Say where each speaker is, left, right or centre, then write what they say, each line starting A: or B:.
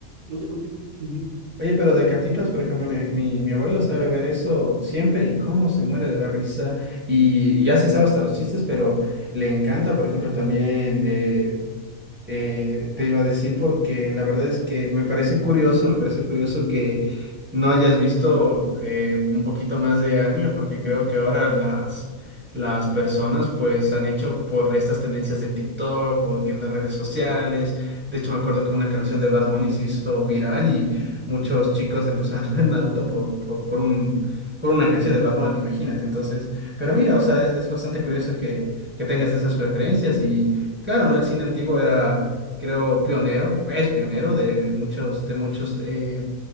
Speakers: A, on the right (about 80°); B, on the right (about 20°).
A: No sé por qué. <laughs>
B: Oye, pero de Cantinflas, por ejemplo, mi, mi, mi abuelo sabe ver eso siempre y cómo se muere de la risa. Y ya se sabe hasta los chistes, pero le encanta, por ejemplo, también eh, eh, te iba a decir porque la verdad es que me parece curioso, me parece curioso que no hayas visto eh, un poquito más de anime porque creo que ahora las, las personas pues han hecho por estas tendencias de TikTok, porque las redes sociales, de hecho me acuerdo que una canción de Bad Bunny se hizo viral y muchos chicos empezaron a ver Naruto por, por, por un... por una canción de Bad Bunny, imagínate. Entonces, pero mira, o sea, es, es bastante curioso que, que tengas esas preferencias y, Claro, ¿no? El cine antiguo era, creo, pionero, es pionero de, de muchos, de muchos eh,